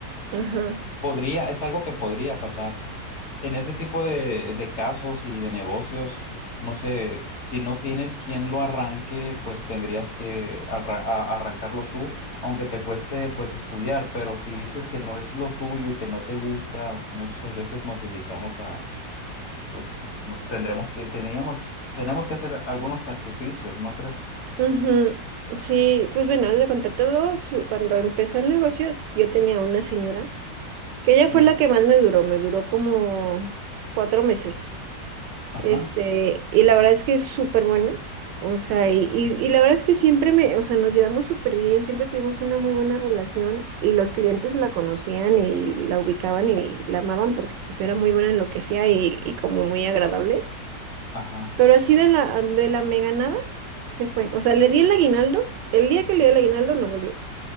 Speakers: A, on the right; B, on the left.
A: ajá,
B: Podría, es algo que podría pasar. En ese tipo de, de casos y de negocios, no sé, si no tienes quien lo arranque, pues tendrías que arra- a- arrancarlo tú, aunque te cueste pues estudiar, pero si dices que no es lo tuyo y que no te gusta, muchas veces nos dedicamos a pues no, tendremos que, teníamos, tenemos que hacer algunos sacrificios, ¿no crees?
A: ujú, Sí, pues bueno, haz de cuenta todo, su- cuando empezó el negocio, yo tenía una señora, que ella
B: Sí,
A: fue la que más me duró, me duró como cuatro meses.
B: ajá,
A: Este, y la verdad es que es súper buena. O sea, y, y,
B: sí,
A: y la verdad es que siempre me, o sea, nos llevamos súper bien, siempre tuvimos una muy buena relación y los clientes la conocían y la ubicaban y la amaban porque pues era muy buena en lo que hacía y, y como muy agradable.
B: ajá.
A: Pero así de la, de la mega nada, se fue. O sea, le di el aguinaldo, el día que le di el aguinaldo no volvió,